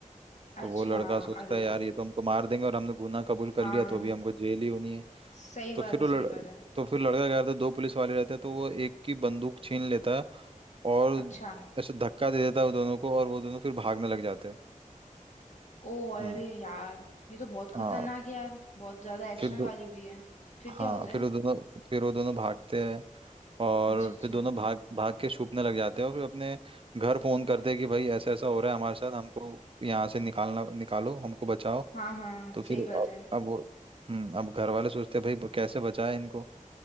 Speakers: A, on the right (about 40°); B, on the left (about 60°).
A: तो
B: अच्छा
A: वो लड़का सोचता
B: अरे
A: है यार ये तो हमको मार देंगे और हमने गुनाह कबूल कर
B: हाँ
A: लिया तो भी हमको जेल ही होनी है
B: सही
A: तो
B: बात
A: फिर
B: है
A: वो लड़...
B: सही बात है
A: तो फिर लड़का क्या करता है दो पुलिस वाले रहते हैं तो वो एक की बंदूक छीन लेता है और
B: अच्छा
A: ऐसे धक्का दे देता है वो दोनों को और वो दोनों फिर भागने लग जाते हैं
B: ओ अरे
A: हम्म
B: यार ये तो बहुत खतरनाक
A: हाँ
B: है यार बहुत ज्यादा एक्शन
A: फिर दो
B: वाली भी है फिर क्या
A: हाँ
B: होता है
A: फिर वो दोनों फिर वो दोनों भागते हैं और
B: अच्छा अच्छा
A: फिर दोनों भाग भाग के छुपने लग जाते हैं और फिर अपने घर फोन करते हैं कि भाई ऐसा ऐसा हो रहा है हमारे साथ हमको यहाँ से निकालना निकालो हमको बचाओ
B: हाँ हाँ
A: तो फिर
B: सही बात
A: अब
B: है
A: अब वो हम्म अब घर वाले सोचते हैं भाई ब- कैसे बचाए इनको